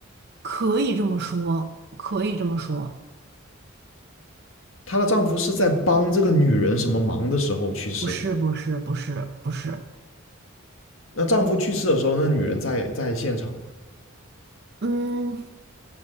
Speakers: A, on the right; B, on the left.
A: 可以这么说，可以这么说，
B: 她的丈夫是在帮这个女人什么忙的时候去世的？
A: 不是，不是，不是，不是，
B: 那丈夫去世的时候，那女人在在现场吗？
A: 嗯，